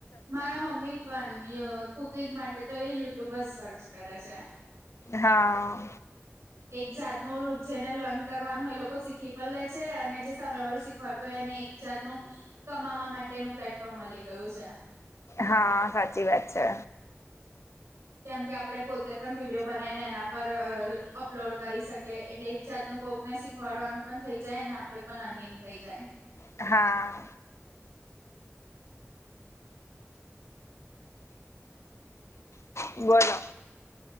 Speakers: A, on the right; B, on the left.
A: મારા મમ્મી પણ ય કુકિંગ માટે તો એ યુટ્યુબ જ સર્ચ કરે છે.
B: હા.
A: હ એક જાતનું ઓલુ જેને લર્ન કરવાનું એ લોકો શીખી પલ લે છે અને જે સામે વાળું શીખવાડતું હોય એને એક જાત નું કમાવા માટેનું પ્લેટફોર્મ મલી ગયું છે.
B: હા સાચી વાત છે.
A: કેમ કે આપડે પોતે પણ વિડીયો બનાઈને એના પર અપલોડ કરી શકીએ એટલે એક જાતનું કોકને શીખ વડવાનું પન થઇ જાય અને આપડુ પન અર્નિંગ થઈ જાય.
B: હા. બોલો.